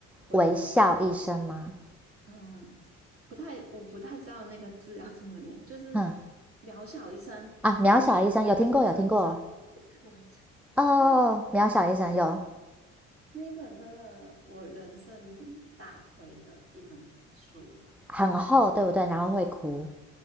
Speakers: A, on the right (about 35°); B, in the centre.
A: 微笑，
B: 微笑医生吗？
A: 嗯，不太，我不太知道那个字要怎么念，就是
B: 嗯
A: 渺小医生哦，
B: 啊，渺小医生有听过有听过
A: 渺小医生不是不是微笑，
B: 哦，
A: 对对对，
B: 渺小医生有
A: 那一本真的我人生大推的一本书，
B: 很厚，对不对？然后会哭，